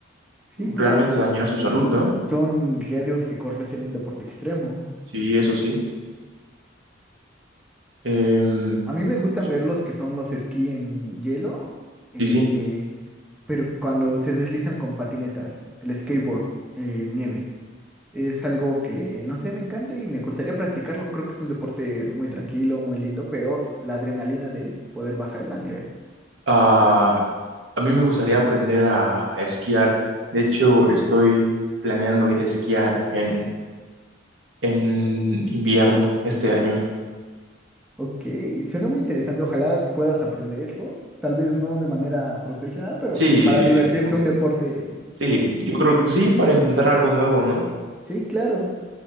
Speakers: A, in the centre; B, on the right (about 70°).
A: sí,
B: realmente
A: claro,
B: dañar su salud, ¿no?
A: son riesgos que corres en un deporte extremo.
B: Sí, eso sí. Em,
A: A mí me gustan
B: y,
A: ver los que son los esquí en hielo, eh,
B: y sí.
A: pero cuando se deslizan con patinetas, el skateboard, eh, nieve. Es algo que, no sé, me encanta y me gustaría practicarlo. Creo que es un deporte muy tranquilo, muy lindo, pero la adrenalina de poder bajar en la nieve.
B: Ah, A mí me gustaría aprender a, a esquiar. De hecho, estoy planeando ir a esquiar en, en invierno este año.
A: Ok, suena muy interesante. Ojalá puedas aprenderlo. Tal vez no de manera profesional, pero
B: Sí,
A: para divertirte
B: es muy-
A: un deporte.
B: sí,
A: ¿Cuál?
B: yo creo que sí, para intentar algo nuevo, ¿no?
A: Sí, claro.